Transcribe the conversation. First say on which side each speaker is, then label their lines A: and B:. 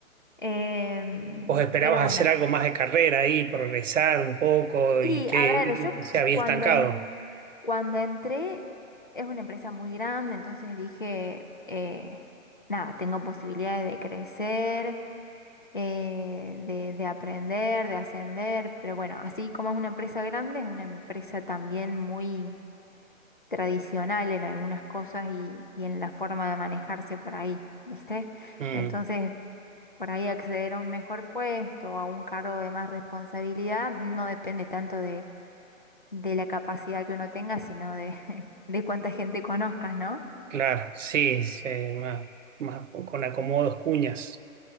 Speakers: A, on the left; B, on the right.
A: Em,
B: ¿Vos esperabas
A: pero bueno.
B: hacer algo más de carrera ahí, progresar un poco
A: Y
B: y que
A: a ver,
B: y
A: yo
B: se había
A: cuando,
B: estancado?
A: en- cuando entré, es una empresa muy grande, entonces dije, eh, nada, tengo posibilidades de crecer, eh, de, de aprender, de ascender, pero bueno, así como es una empresa grande, es una empresa también muy tradicional en algunas cosas y, y en la forma de manejarse por ahí, ¿viste?
B: Mm,
A: Entonces, por ahí acceder a un mejor puesto, a un cargo de más responsabilidad, no depende tanto de, de la capacidad que uno tenga, sino de, <laughs> de cuánta gente conozcas, ¿no?
B: claro, sí, sí, más, más con acomodos, cuñas.